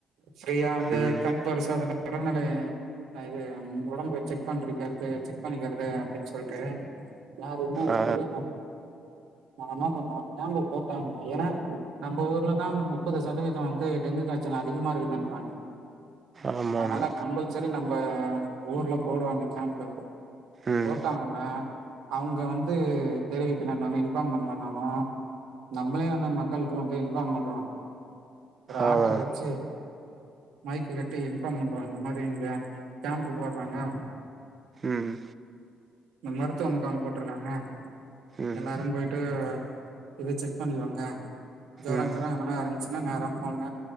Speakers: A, on the right; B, on the right.
A: ஸ்ரீகாந்து
B: ம்
A: கண் பரிசோதனை ஒடம்புநிலைய அஹ் இது அம் ஒடம்பு செக் பண்றக்கடுத்து செக் பண்ணிக்கிறது அப்டின் சொல்ட்டு யாருமே
B: ஆ
A: தெரிய மாட் நம்ம என்னா பண்ணுவோ கேம்பு போட்டாங்க ஏனா நம்ப ஊர்லதா அந்த முப்பது சதவீத வந்து டெங்கு காய்ச்சல் அதிகமா இருக்குதுன்றாங்க
B: ஆமாமா
A: அதனால கம்பல்சரி நம்ப ஊர்ல போடுவாங்க கேம்பு
B: ம்
A: போட்டாங்கனா அவ்ங்க வந்து தெரிவிக்கலனாலு இன்ஃபார்ம் பண்ணலனாலு நம்மளே வந்து அந் மக்களுக்கு வந்து இன்ஃபார்ம் பண்றோ ஒரு ஆட்டோ
B: ஆமாம்
A: வெச்சு மைக்கு கட்டி இன்ஃபார்ம் பண்றோ இந்த மாரி இங்க கேம்ப்பு போட்றாங்க
B: ம்
A: இந்த மருத்துவ முகாம் போட்ருக்காங்க
B: ம்
A: எல்லாரு போயிட்டு இத செக் பண்ணிவாங்க ஜொரங்கிறோ
B: ம்
A: எதனா இருந்துச்சுனா நேரா போங்க